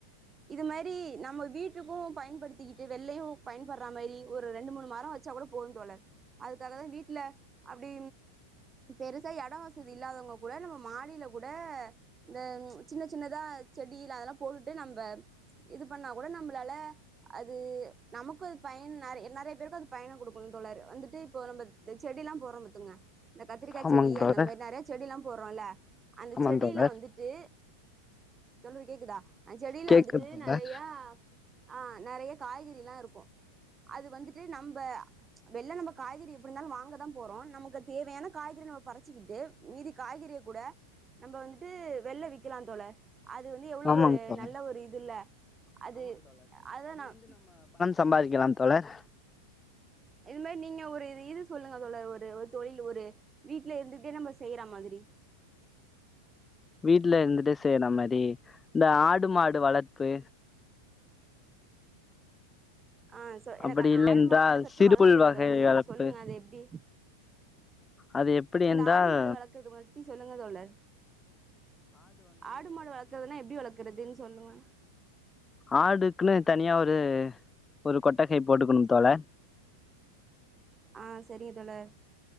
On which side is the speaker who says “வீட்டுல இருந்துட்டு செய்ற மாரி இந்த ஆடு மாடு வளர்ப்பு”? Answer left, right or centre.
Left